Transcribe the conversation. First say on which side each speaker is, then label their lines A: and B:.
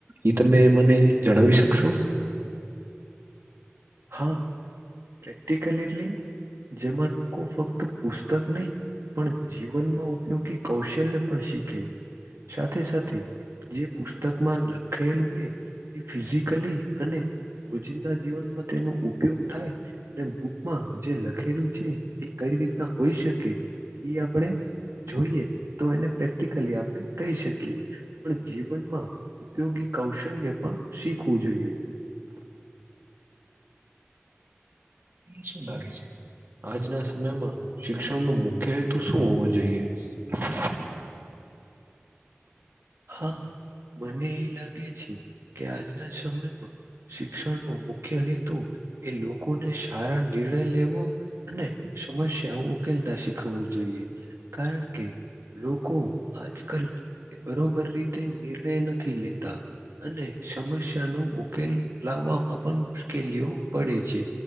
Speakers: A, on the right; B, on the right.
A: એ તમે મને જણાવી શકશો.
B: હા પ્રેક્ટિકલ એટલી જેમાં લોકો ફક્ત પુસ્તક નહી. પણ જીવનમાં ઉપયોગી કૌશલ્ય પણ શીખે સાથે સાથે. જે પુસ્તકમાં લખેલું હોય એ ફિઝિકલી અને રોજિંદા જીવનમાં તેનો ઉપયોગ થાય. અને બુકમાં જે લખેલું છે, એ કઈ રીતના હોઈ શકે એ આપણે. જોઈએ તો એને પ્રેક્ટિકલી આપણે કહી શકીએ પણ જીવનમાં. ઉપયોગી કૌશલ્ય પણ શીખવું જોઈએ.
A: શું લાગે છે આજના સમયમાં શિક્ષણ ન મુખ્ય હેતુ શું હોવો જોઈએ. <inaudible>
B: હા મને એ લાગે છે કે આજના સમયમાં. શિક્ષણનો મુખ્ય હેતુ એ લોકોને સારા નિર્ણય લેવો. અને સમસ્યા ઉકેલતા શીખવવું જોઈએ. કારણ કે લોકો આજ કલ બરોબર રીતે નિર્ણય નથી લેતા. અને સમસ્યાનો ઉકેલ લાવવામાં પણ મુશ્કેલીઓ પડે છે.